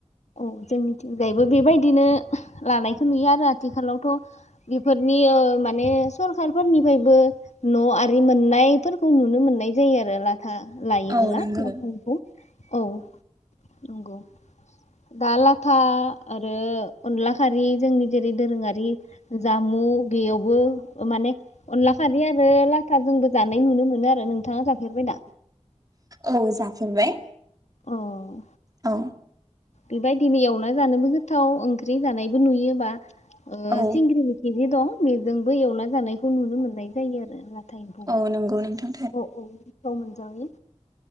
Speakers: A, on the left (about 65°); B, on the right (about 30°).
A: औ जोंनिथिंजायबो बेबायदिनो लानायखौ नुयो आरो आथिखालावथ' बेफोरनि ओ माने सरखारफोरनिफ्रायबो न' आरि मोननायफोरखौ नुनो मोननाय जायो आरो ना। हो लायोबोला
B: औ नंगौ
A: एम्फखौ औ। नंगौ दा लाथा आरो अनला खारि जोंनि जेरै दोरोङारि जामु बेयावबो माने अनला खारि आरो लाथा जोंबो जानाय नुनो मोनो आरो नों। थाङा जाफेरबाय ना।
B: औ जाफेरबाय।
A: अ
B: औ।
A: बेबायदिनो एवना जानोबो गोथाव ओंख्रि जानायबो नुयोबा। ओ
B: औ
A: सिंग्रि मिखिबो दं। बेजोंबो एवना जानायखौ नुनो मोननाय जायो आरो ला। थाइम्फौ औ
B: औ नंगौ नोंथां
A: औ थाव मोजाङै।